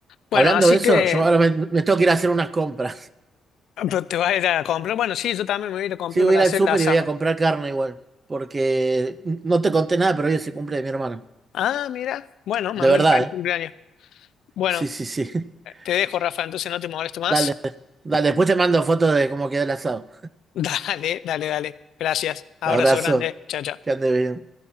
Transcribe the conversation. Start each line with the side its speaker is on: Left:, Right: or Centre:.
Left: Bueno,
Right: Hablando
Left: así
Right: de eso,
Left: que
Right: yo ahora me, me tengo que ir a hacer unas compras. <laughs>
Left: ah, pero te vas a ir a comprar. Bueno, sí, yo también me voy a ir a comprar
Right: Sí, voy
Left: para
Right: a ir
Left: hacer
Right: al súper
Left: el asado.
Right: y voy a comprar carne igual, porque no te conté nada, pero hoy se cumple de mi hermano.
Left: Ah, mira. Bueno,
Right: De
Left: mándale
Right: verdad,
Left: feliz
Right: ¿eh?
Left: cumpleaños. Bueno,
Right: Sí, sí, sí. <laughs>
Left: te dejo, Rafa, entonces no te molesto más.
Right: Dale, dale, después te mando fotos de cómo queda el asado.
Left: <laughs> Dale, dale, dale. Gracias. Abrazo
Right: Abrazo,
Left: grande. Chao, chao.
Right: que ande bien.